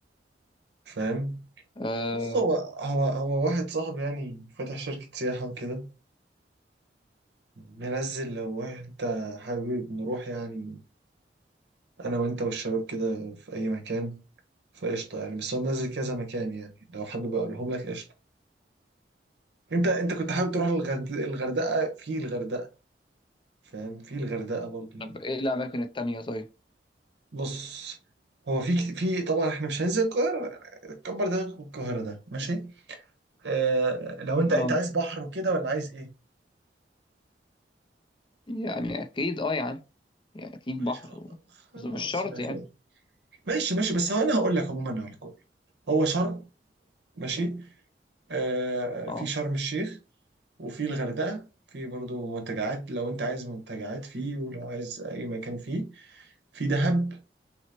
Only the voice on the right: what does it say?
فاهم
بص هو هو هو واحد صاحبي يعني فاتح شركة سياحة وكده ننزل لو انت حابب نروح يعني انا وانت والشباب كده في اي مكان فقشطه يعني بس هو منزل كذا مكان يعني لو حابب اقولهم لك قشطه انت انت كنت حابب تروح الغرد... الغردقه في الغردقه فاهم في الغردقه برضه يعني
بص هو في كت- في طبعا احنا مش هننزل القاهره كبر دماغك من القاهره ده ماشي اه لو انت
انت عايز بحر وكده ولا عايز ايه
ماشي
خلاص
خلاص
ماشي
ماشي ماشي بس هو انا هقول لك عموما على الكل هو شرم ماشي آه، في
شرم الشيخ وفي الغردقة في برضو منتجعات لو انت عايز منتجعات فيه ولو عايز اي مكان فيه في دهب